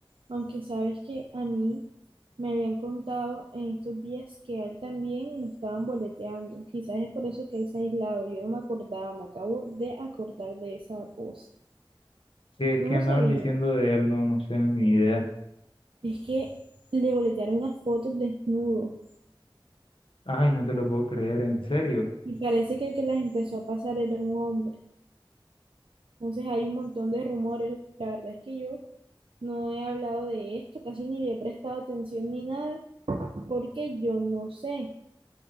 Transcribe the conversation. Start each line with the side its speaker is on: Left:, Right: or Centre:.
Right: aunque sabes que a mí me habían contado en estos días que a él también lo estaban boleteando. Quizás es por eso que él se ha aislado. Yo no me acordaba, me acabo de acordar de esa cosa.
Left: ¿Qué,
Right: Tú
Left: qué
Right: no
Left: andaban
Right: sabías,
Left: diciendo de él? No, no sé, ni idea.
Right: es que le boletearon unas fotos desnudo
Left: Ay, no te lo puedo creer, en serio.
Right: y parece que el que las empezó a pasar era un hombre. Entonces hay un montón de rumores. La verdad es que yo no he hablado de esto, casi ni le he prestado atención ni nada, porque yo no sé.